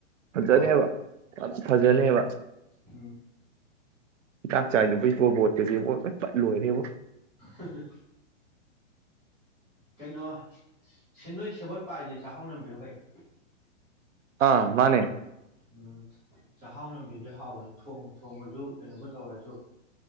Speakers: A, on the right; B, in the centre.
A: ꯐꯖꯗꯦꯕ
B: ꯍꯣꯏ
A: ꯍꯥꯏꯕ ꯑꯖ ꯐꯖꯅꯦꯕ
B: ꯎꯝ
A: ꯍꯤꯗꯥꯛ ꯆꯥꯏꯗꯕꯩ ꯇꯣꯔꯕꯣꯠꯇꯨꯗꯤ ꯑꯣ ꯂꯣꯏ ꯄꯠ ꯂꯣꯢꯔꯦꯕꯣ
B: ꯑꯍꯥꯍ ꯀꯩꯅꯣ ꯁꯤꯟꯗꯣꯏ ꯁꯦꯕꯣꯠ ꯄꯥꯏꯂꯤꯖꯦꯠꯆꯥꯛꯍꯧ ꯅꯝꯕꯤꯔꯣ ꯀꯩꯅꯣ
A: ꯑꯥ ꯃꯥꯅꯦ
B: ꯎꯝ ꯆꯥꯛꯍꯥꯎ ꯅꯝꯕꯤꯗꯨꯗꯤ ꯍꯥꯎꯕꯅꯤ ꯊꯣꯡꯕꯨ ꯊꯣꯡꯉꯁꯨ ꯀꯩꯅꯣꯕꯨ ꯇꯧꯔꯁꯨ